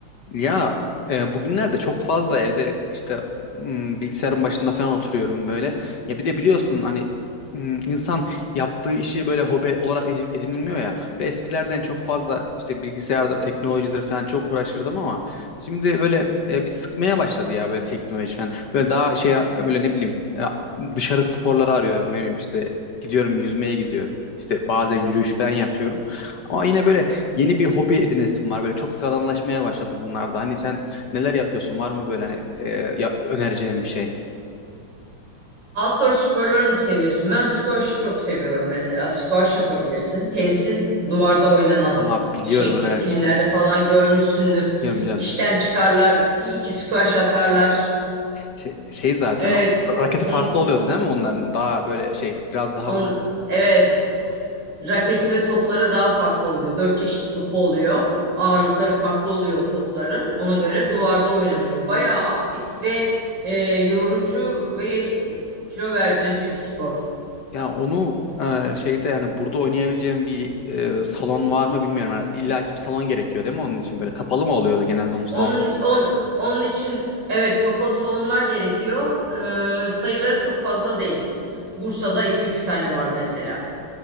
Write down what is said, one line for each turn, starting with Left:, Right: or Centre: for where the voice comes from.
Left: Ya e, bugünlerde çok fazla evde işte m, bilgisayarın başında falan oturuyorum böyle. Ya bir de biliyorsun hani m, insan yaptığı işi böyle hobi olarak edin- edinilmiyor ya. Böyle eskilerden çok fazla işte bilgisayardır, teknolojidir falan çok uğraşırdım ama şimdi böyle e, bir sıkmaya başladı ya böyle teknoloji falan. Böyle daha şey e, böyle ne bileyim e, dışarı sporları arıyorum ne bileyim işte gidiyorum yüzmeye gidiyorum. İşte bazen yürüyüş falan yapıyorum. Ama yine böyle yeni bir hobi edinesin var. Böyle çok sıradanlaşmaya başladı bunlarda. Hani sen neler yapıyorsun? Var mı böyle hani e, ya- önereceğim bir şey?
Right: Outdoor sporları mı seviyorsun? Ben squash'ı çok seviyorum mesela. Squash yapabilirsin. Tenisin duvarda oynanan
Left: Aa biliyorum
Right: şekli.
Left: evet.
Right: Filmlerde falan görmüşsündür.
Left: Biliyorum biliyorum.
Right: İşten çıkarlar, iki squash atarlar.
Left: Şey, şey zaten
Right: Evet.
Left: o raketi
Right: On,
Left: farklı oluyordu değil mi onların? Daha böyle şey biraz daha
Right: on,
Left: uzun.
Right: evet. Raketi ve topları daha farklı oluyor. Dört çeşit topu oluyor. Ağırlıkları farklı oluyor o topların. Ona göre duvarda oynanıyor. Bayağı aktif ve e, yorucu ve kilo verdirici bir spor.
Left: Ya onu e, şeyde hani burada oynayabileceğim bir e, salon var mı bilmiyorum. Yani illa ki bir salon gerekiyor değil mi onun için? Böyle kapalı mı oluyordu genelde onun salonu?
Right: Onun, on- onun için evet kapalı salonlar gerekiyor. Ee, sayıları çok fazla değil. Bursa'da iki üç tane var mesela.